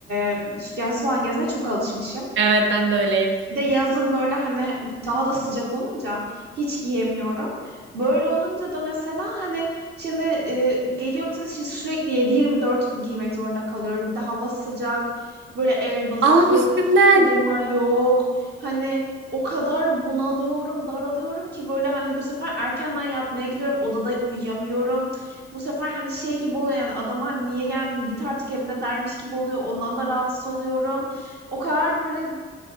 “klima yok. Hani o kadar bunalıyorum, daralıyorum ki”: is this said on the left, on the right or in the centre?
Right